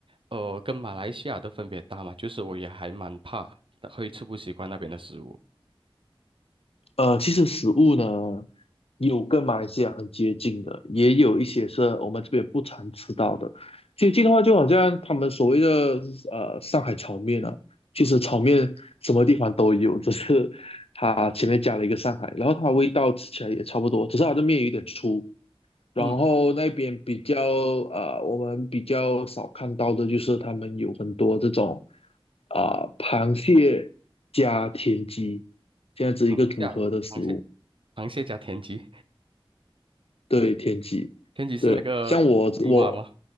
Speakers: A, on the right; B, on the left.
A: 呃，跟马来西亚的分别大嘛，就是我也还蛮怕的，会吃不习惯那边的食物。
B: 呃，其实食物呢，有跟马来西亚很接近的，也有一些是我们这边不常吃到的。接近的话，就好像他们所谓的呃上海炒面啊，其实炒面什么地方都有，
A: 嗯
B: 只是它前面加了一个上海，然后它味道吃起来也差不多，只是它的面有点粗。然后那边比较呃，
A: 嗯，
B: 我们比较少看到的就是他们有很多这种啊、螃蟹加田鸡这样子一个组合的食物。
A: 螃蟹啊，螃蟹，螃蟹加田鸡，
B: 对天鸡，
A: 田鸡是那个青蛙吗？
B: 对，像我我